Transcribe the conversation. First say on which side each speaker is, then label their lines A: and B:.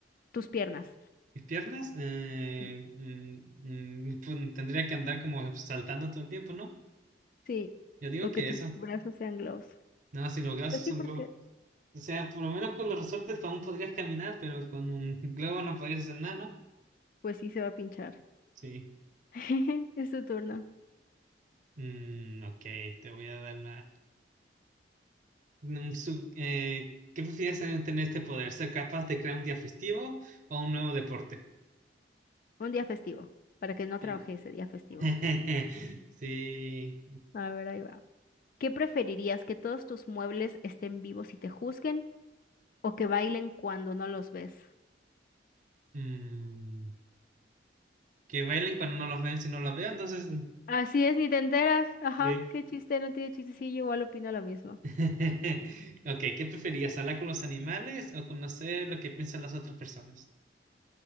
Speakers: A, on the left; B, on the right.
A: Tus piernas.
B: Mis piernas, eh,
A: Sí.
B: mm, mm, pues, tendría que andar como saltando todo el tiempo, ¿no?
A: Sí,
B: Yo digo
A: o
B: que
A: que tus
B: eso.
A: brazos sean globos.
B: No, si los brazos
A: Pues
B: son
A: sí, porque
B: globos. O sea, por lo menos con los resortes aún podrías caminar, pero con un <laughs> globo no podrías hacer nada, ¿no?
A: pues sí se va a pinchar.
B: Sí.
A: <laughs> Es tu turno.
B: Mm, ok, te voy a dar una... un sub- eh, ¿qué prefieres en- tener este poder? ¿Ser capaz de crear un día festivo o un nuevo deporte?
A: Un día festivo, para que no
B: Sí.
A: trabaje ese día festivo.
B: <laughs> Sí.
A: A ver, ahí va. ¿Qué preferirías, que todos tus muebles estén vivos y te juzguen o que bailen cuando no los ves?
B: Mm, que bailen cuando no los ven, si no los veo, entonces...
A: Así es, ni te enteras. Ajá,
B: Sí.
A: qué chiste, no tiene chiste. Sí, yo igual opino lo mismo.
B: <laughs> Ok, ¿qué preferías? ¿Hablar con los animales o conocer lo que piensan las otras personas?